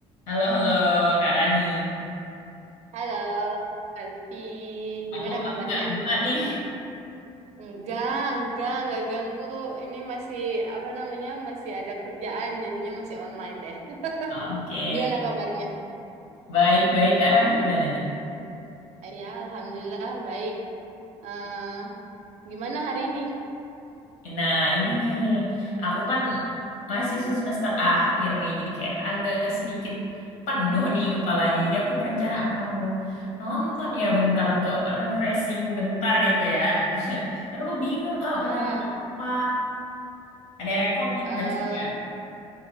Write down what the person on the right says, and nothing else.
Halo, Kalpi. Gimana
kabarnya?
Enggak, enggak, enggak ganggu. Ini masih apa namanya? Masih ada kerjaan, jadinya masih online deh. <laughs>
Gimana kabarnya?
Ah, Ya, alhamdulillah baik. eh gimana hari ini?
Ah,
eh